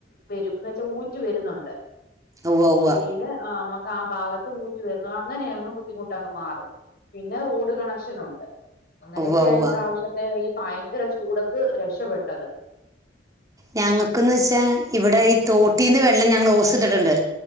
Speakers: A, on the left; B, on the right.
A: വരും എന്ന് വെച്ചാൽ ഊറ്റു വരുന്നുണ്ട്
B: ഉവ്വ് ഉവ്വാ
A: പിന്നെമക്ക് ആ ഭാഗത്ത് ത്ത് ഊറ്റി വരുന്നു അങ്ങനെ അങ്ങ് ബുദ്ധിമുട്ട് അങ്ങ് മാറും പിന്നെ റോഡ് കണക്ഷൻ ഉണ്ട് അങ്ങനെയൊക്കെയാ
B: ഉവ്വ ഉവ്വ
A: ഈ പ്രാവശ്യത്തെ ഈ ഭയങ്കര ചൂടത്ത് രക്ഷപെട്ടത്
B: ഞങ്ങക്ക്ന്ന് വെച്ചാ ഇവിടെ ഈ തോട്ടീന്ന് വെള്ളം ഞങ്ങൾ ഓസിട്ടിട്ടുണ്ട്